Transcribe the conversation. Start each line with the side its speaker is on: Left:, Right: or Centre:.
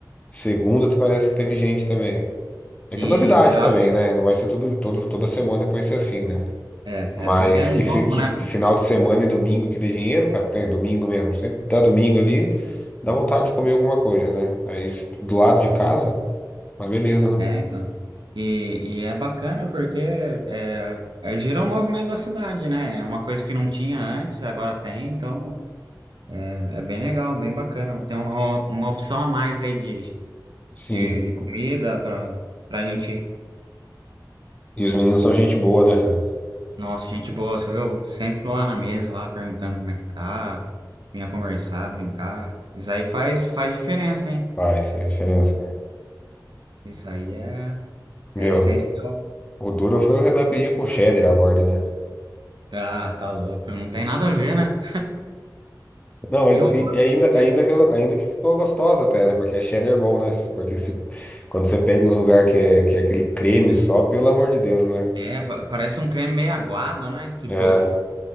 Left: Segunda te- parece que teve gente também. É
Right: E
Left: que é novidade
Right: eu acho
Left: também, né? Não vai ser tudo, todo, toda semana que vai ser assim, né?
Right: É,
Left: Mas
Right: é porque é novo,
Left: que, fi- que-
Right: né?
Left: que final de semana e domingo que dê dinheiro, cara, tem domingo mesmo. Sempre dá domingo ali, dá vontade de comer alguma coisa, né? Aí s- do lado de casa, mas beleza, né?
Right: É, então. E, e é bacana porque é, é, gira o movimento da cidade, né? É uma coisa que não tinha antes, agora tem, então é, é bem legal, bem bacana. Tem uma, uma opção a mais aí de,
Left: Sim.
Right: de, de comida para para gente.
Left: E os meninos são gente boa, né, cara?
Right: Nossa, gente boa, você viu? Sempre lá na mesa, lá perguntando como é que tá, vinha conversar, brincar. Isso aí faz, faz diferença, hein?
Left: Faz, faz diferença, né?
Right: Isso aí é,
Left: Meu,
Right: é essencial.
Left: o duro foi o Renan pedir com cheddar a borda, né?
Right: Ah, tá louco, não tem nada a ver, né?
Left: Não, mas
Right: E eu,
Left: e-
Right: falo
Left: e ainda,
Right: pra eu-
Left: ainda, que, eu- ainda que ficou gostosa até, né? Porque é cheddar bom, né? Porque se, quando você pede nos lugares que é, que é aquele creme só, pelo amor de Deus, né?
Right: é, pa- parece um creme meio aguado, né? Tipo,
Left: É,